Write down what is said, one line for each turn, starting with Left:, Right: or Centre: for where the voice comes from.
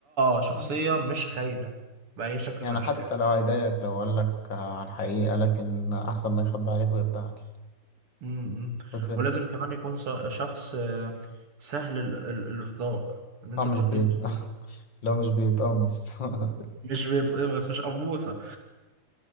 Right: اه شخصيه
Left: مم.
Right: مش خاينه باي شكل
Left: يعني
Right: من الاشكال
Left: حتى لو هيضايقك لو قال لك آه، على الحقيقة لكن أحسن ما يخبي عليك ويخدعك يعني.
Right: مم.
Left: فكرة
Right: ولازم كمان يكون ص- شخص آه، سهل ال- ال- الارضاء ان انت
Left: اه مش
Right: ترضيه
Left: بيت
Right: بسهوله
Left: <laughs> لو مش بيتقمص <laughs>
Right: مش بيتقمص مش قموصه